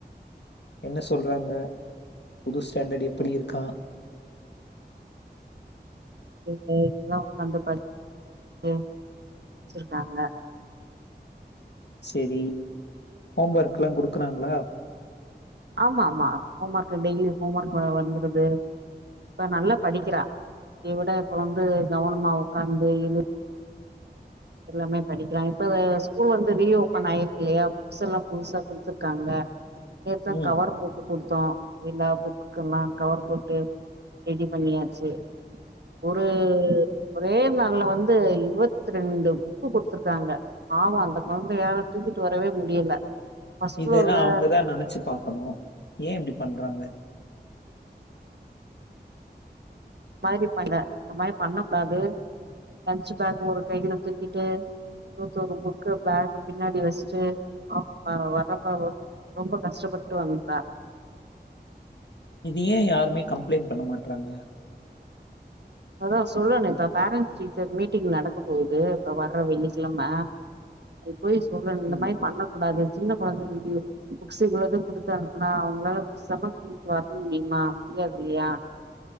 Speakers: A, on the left; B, on the right.
A: என்ன சொல்றாங்க புது ஸ்டாண்டர்டு எப்படி இருக்கா
B: வீட்ல எல்லாம் உட்காந்து படிக் து வச்சிருக்காங்க
A: செரி ஹோம்வர்க்லா குடுக்குறாங்ளா
B: ஆமாமா homework daily homework வ வந்துருது இப்ப நல்லா படிக்கிறா முந்த விட இப்ப வந்து கவனமா உக்காந்து எழு எல்லாமே படிக்கலாம் இப்ப ஸ்கூல் வந்து ரீஓபன் ஆயிருக்கு இல்லையா புக்ஸ் எல்லாம் புதுசா குடுத்துருக்காங்க நேத்தா
A: ம்.
B: கவர் போட்டு கொடுத்து தோம் எல்லா புக்குக்குலா கவர் போட்டு ரெடி பண்ணியாச்சு ஒரு ஒரே நாள்ல வந்து இருபத்தி ரெண்டு புக்கு குடுத்திருக்காங்க பாவொ அந்த கொழந்தையால தூக்கிட்டு வரவே முடியல ஃபர்ஸ்ட் ஃப்ளோர்ல
A: இதெல்லா அவங்கதா நெனைச்சு பாக்கணு ஏன் இப்படி பண்றாங்க
B: மாதிரி பண்ண இந்த மாதிரி பண்ணக் கூடாது லன்சு பேக் ஒரு கையில தூக்கிட்டு <unintelligible> புக்கு பேக்கு பின்னாடி வச்சுட்டு அவ வர்றப்ப ரொம்ப கஷ்டப்பட்டு வந்ட்டா
A: இது ஏ யாருமே கம்ப்ளைண்ட் பண்ண மாட்றாங்க
B: அதா சொல்லணு இப்ப பேரண்ட்ஸ் டீச்சர் மீட்டிங் நடக்க போகுது இப்ப வர்ற வெள்ளிகெழம போய் சொல்லணு இந்த
A: ம்.
B: மாரி பண்ணக் கூடாது சின்ன கொழந்தைகளுக்கு புக்ஸ் இவ்ள இது குடுத்து அனுப்புனா அவங்களால செமத்திட்டு வர முடியுமா முடியாதில்லையா